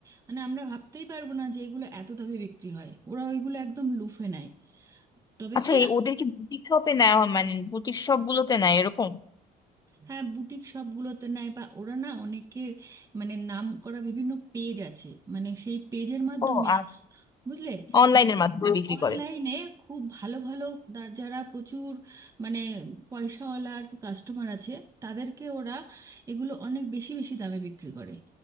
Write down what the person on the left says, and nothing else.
আচ্ছা
এই ওদের কি বুটিক শপে নেওয়া হয় মানে বুটিক শপ গুলোতে নেয় এরকম
ও আচ্ছা
অনলাইনের
মাধ্যমে বিক্রি
করে